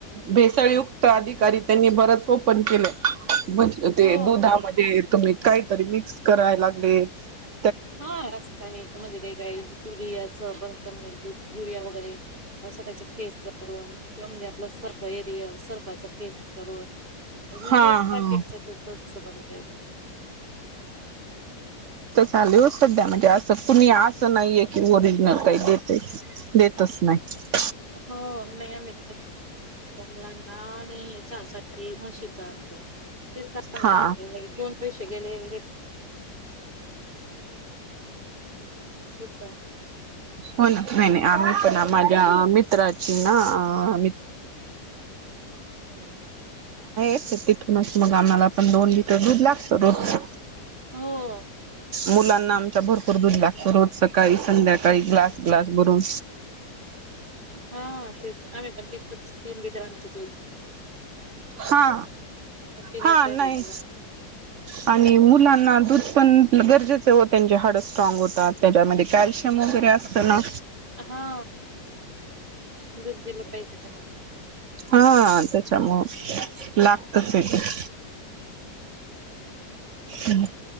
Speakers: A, on the right; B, on the right.
A: भेसळयुक्त अधिकारी त्यांनी बरंच ओपन केलं. म्हतल ते
B: हो
A: दुधामध्ये तुम्ही काहीतरी मिक्स कराय लागले <inaudible>
B: हा रसत्याने एक मध्ये ते काय युरियाच बनत म्हने दुध युरिया वगैरे असं त्याच फेस करून किंवा म्हणजे आपलं सर्फ एरिया सर्फ फेस करून म
A: हा
B: ते
A: हा
B: पाकेटच दूधच बनत ते.
A: चालले हो सध्या म्हणजे, असं कुणी असं नाहीये की ओरिजिनल काही देतंय देतच नाही.
B: हो नाही म <unintelligible> <unintelligible> <unintelligible> ते सांग
A: हा
B: आप कोण पैसे गेले र <unintelligible> <unintelligible>
A: हो. नाही, नाही. आम्ही पण आम- माझ्या मित्राची ना? अ... <inaudible> तिथूनच मग आम्हाला पण, दोन लिटर दूध लागतं रोजचं
B: हो
A: मुलांना, आमच्या भरपूर दूध लागतं. रोज सकाळी- संध्याकाळी. ग्लास, ग्लास भरून.
B: हा तेच आम पण ते <unintelligible> क्र्रीम गिटवत <unintelligible>
A: हा.
B: पिण्यासाठी
A: हा नाही,
B: मुलांना
A: आणि मुलाना- दूध पण गरजेचे हो. त्यांचे हाडं स्ट्राग होतात. त्याच्यामध्ये कॅल्शियम वगैरे असतं ना.
B: हा दूध दिलं पाहिजे त्यांना.
A: हा. तत- समू <unintelligible> लागतच येते <inaudible> <unintelligible> हम् <inaudible>